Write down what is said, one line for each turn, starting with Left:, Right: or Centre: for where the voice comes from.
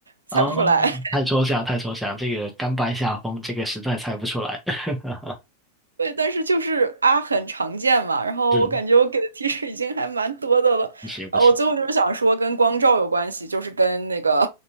Right: 猜不出来。
Centre: 哦，
Right: <laughs>
Centre: 太抽象，太抽象，这个甘拜下风，这个实在猜不出来。<laughs>
Right: 对，但是就是啊，很常见嘛。然后我感觉我给的提示已经还蛮多的了。
Centre: 是，不行不行
Right: 然后我最后就是想说，跟光照有关系，就是跟那个